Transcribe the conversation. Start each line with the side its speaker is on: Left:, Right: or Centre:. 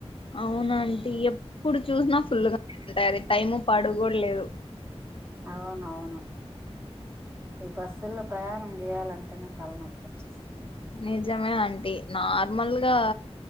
Left: అవును ఆంటీ ఎప్పుడు చూసినా ఫుల్గా ఉంటాయి అది టైము పాడు కూడా లేదు
Right: అవునవును ఈ బస్సుల్లో ప్రయాణం చేయాలంటేనే తలనొప్పి వచ్చేస్తాది
Left: నిజమే అంటీ నార్మల్గా